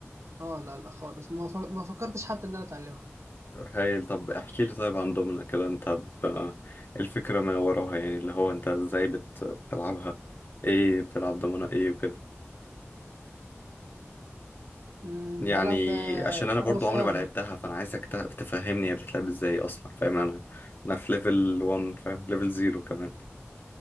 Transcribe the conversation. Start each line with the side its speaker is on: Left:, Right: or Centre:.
Right: اه لا لا خالص ما ف... ما فكرتش حتى ان انا اتعلمها
Left: هايل طب احكي لي طيب عن دومنا كده انت ب... الفكرة ما وراها يعني اللي هو انت ازاي بت... بتلعبها ايه بتلعب دومنا ايه وكده
Right: امم
Left: يعني
Right: بلعب آه،
Left: عشان انا برضو
Right: انا واصحابي
Left: عمري ما لعبتها فانا عايزك ت- تفهمني هي بتتلعب ازاي اصلا فاهم انا انا في ليفل 1 فاهم ليفل 0 كمان